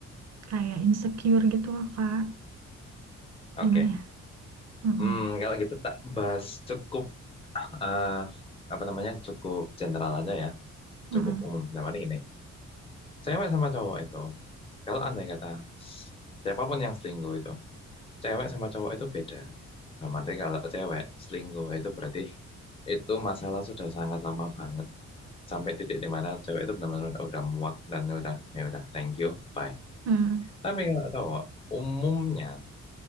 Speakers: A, on the right (about 65°); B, on the left (about 20°).
A: kayak insecure gitu loh kak
B: oke.
A: gimana ya Mm-mm.
B: Hmm, kalau gitu tak bahas cukup eh, apa namanya cukup general aja ya.
A: Mm-mm.
B: cukup umum. Nah, paling ini, cewek sama cowok itu, kalau andai kata siapapun yang selingkuh itu, cewek sama cowok itu beda. Nah, berarti kalau cewek selingkuh itu berarti itu masalah sudah sangat lama banget. Sampai titik di mana cewek itu benar-benar udah muak dan udah, ya udah, thank you, bye.
A: Mm.
B: Tapi kalau cowok, umumnya,